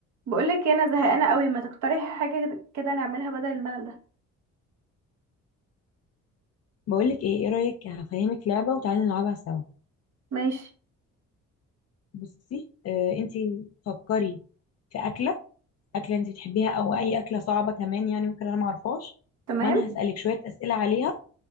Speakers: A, on the right; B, on the left.
A: بقولك إيه، انا زهقانه قوي ما تقترحي حاجه كده نعملها بدل الملل ده
B: بقولك ايه ايه رأيك هفهمك لعبة وتعالي نلعبها سوا
A: ماشي
B: بصي آه انتي فكري في أكلة أكلة انتي بتحبيها أو أي أكلة صعبة كمان يعني ممكن أنا معرفهاش
A: تمام
B: وأنا هسألك شوية أسئلة عليها